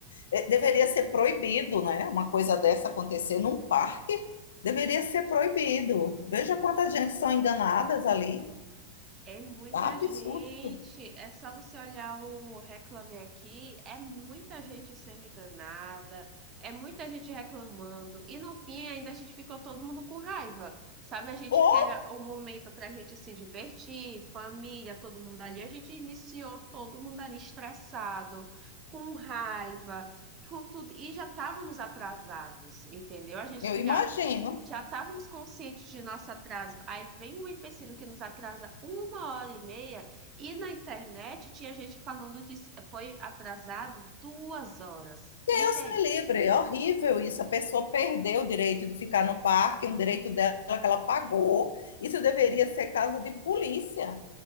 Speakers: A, on the left; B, on the right.
A: eh, Deveria ser proibido, né? Uma coisa dessa acontecer num parque deveria ser proibido. Veja quantas gente são enganadas ali.
B: É muita
A: Absurdo.
B: gente. É só você olhar o Reclame Aqui. É muita gente sendo enganada. É muita gente reclamando. E no fim, ainda a gente ficou todo mundo com raiva. Sabe, a gente
A: Ou,
B: quer o momento para a gente se divertir, família, todo mundo ali. A gente iniciou todo mundo ali estressado, com raiva, com tudo. E já estávamos atrasados, entendeu? A gente
A: eu
B: queria
A: imagino,
B: já estávamos conscientes de nosso atraso. Aí vem um empecilho que nos atrasa uma hora e meia, e na internet tinha gente falando que foi atrasado duas horas.
A: Deus
B: Pense aí.
A: me livre, é horrível isso. A pessoa perdeu o direito de ficar no parque, um direito dela que ela pagou. Isso deveria ser caso de polícia,